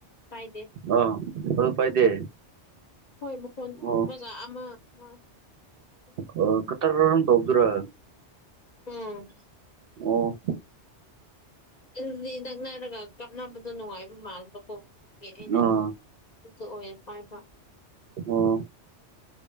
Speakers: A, on the left (about 45°); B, on the right (about 60°).
A: ꯄꯥꯏꯗꯦ
B: ꯑ ꯑꯗꯨ ꯄꯥꯏꯗꯦ
A: ꯍꯣꯏ ꯃꯈꯣꯟ ꯊꯣꯛꯇꯕꯒ
B: ꯑꯣ
A: ꯑꯃ ꯑꯃ ꯀꯥꯞꯄ
B: ꯑꯣ ꯀꯇꯔꯟ ꯇꯧꯗ‌‌ꫭꯏꯔꯥ
A: ꯑꫭ
B: ꯑꯣ
A: ꯑꯗꯨꯗꯤ ꯅꯛꯅꯔꯒ ꯀꯥꯞꯅꯕꯗꯣ ꯅꯨꯡꯉꯥꯏꯕ ꯃꯟꯕꯀꯣ ꯃꯩꯇꯩꯅ
B: ꯑꯥ
A: ꯑꯣꯏꯌꯦ ꯄꯥꯏ ꯕ
B: ꯑꯣ